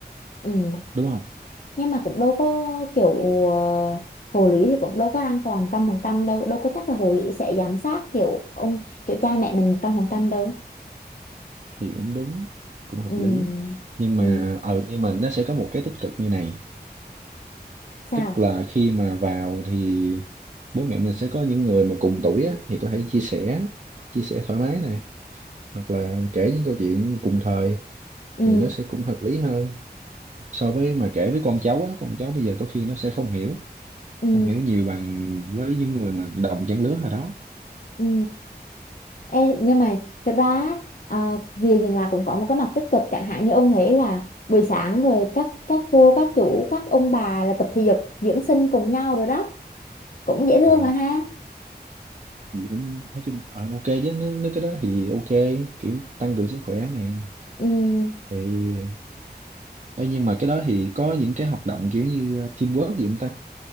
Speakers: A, on the left (about 50°); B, on the right (about 45°).
A: ừ.
B: đúng không
A: nhưng mà cũng đâu có kiểu ờ, hồ lý thì cũng đâu có an toàn một trăm phần trăm đâu đâu có chắc là hồ lý sẽ giám sát kiểu ông kiểu cha mẹ mình một trăm phần trăm đâu
B: thì cũng đúng cũng hợp
A: ừ.
B: lý nhưng
A: Ừ.
B: mà ờ nhưng mà nó sẽ có một cái tích cực như này
A: sao
B: tức là khi mà vào thì bố mẹ mình sẽ có những người mà cùng tuổi á, thì có thể chia sẻ chia sẻ thoải mái này hoặc là kể những câu chuyện cùng thời
A: ừ.
B: thì nó sẽ cũng hợp lý hơn so với mà kể với con cháu á con cháu bây giờ có khi nó sẽ không hiểu
A: Ừ.
B: không hiểu nhiều bằng với những người mà đồng trang lứa hồi đó
A: Ừ. Ê, nhưng mà thật ra á, à, việc nhìn là cũng có một cái mặt tích cực chẳng hạn như ông thấy là buổi sáng rồi các các cô các chủ các ông bà là tập thể dục dưỡng sinh cùng nhau rồi đó cũng dễ thương
B: à,
A: mà ha
B: thì cũng nói chung ờ, ok chứ nếu nếu cái đó thì ok kiểu tăng cường sức khỏe nè
A: ừ.
B: rồi Ê, nhưng mà cái đó thì có những cái hoạt động kiểu như teamwork gì không ta